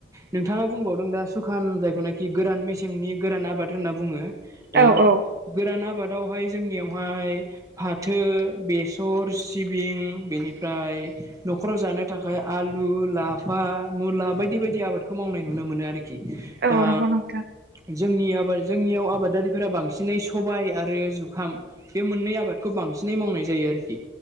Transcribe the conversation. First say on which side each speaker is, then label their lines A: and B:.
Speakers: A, on the right (about 20°); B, on the right (about 55°).
A: नोंथाङा बुंबाव नों दा सुखान जायखौनाखि गोरान मेसेंनि गोरान आबाद होनना बुङो।
B: औ
A: दा
B: औ
A: गोरान आबाद दावहाय जोंनियावहाय फाथो, बेसर, सिबिं बेनिफ्राय नख'राव जानो थाखाय आलु, लाफा, मुला बायदि बायदि आबादखौ मावनाय नुनो मोनो आ खि
B: औ
A: दा
B: नंगौ नोंथां
A: जोंनि आबाद जोंनियाव आबादारिफोरा बांसिनै सबाइ आरो जुखाम, बे मोननै आबादखौ बांसिनै मावनाय जायो आरोखि।